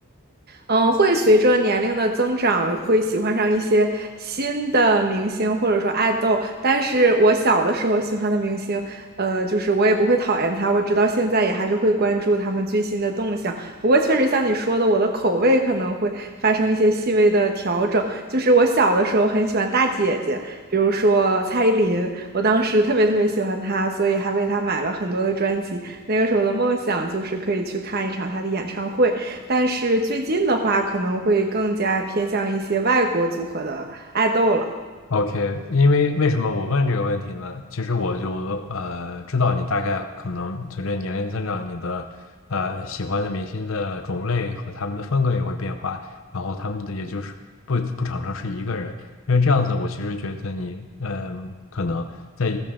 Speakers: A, on the right; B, on the left.
A: 嗯，会随着年龄的增长，会喜欢上一些新的明星或者说爱豆。但是我小的时候喜欢的明星，呃，就是我也不会讨厌他，我直到现在也还是会关注他们最新的动向。不过确实像你说的，我的口味可能会发生一些细微的调整。就是我小的时候很喜欢大姐姐，比如说蔡依林，我当时特别特别喜欢她，所以还为她买了很多的专辑。那个时候的梦想就是可以去看一场她的演唱会。但是最近的话，可能会更加偏向一些外国组合的爱豆了。
B: OK，因为为什么我问这个问题呢？其实我就呃知道你大概可能随着年龄增长，你的呃喜欢的明星的种类和他们的风格也会变化，然后他们的也就是不不常常是一个人，因为这样子我其实觉得你嗯、可能在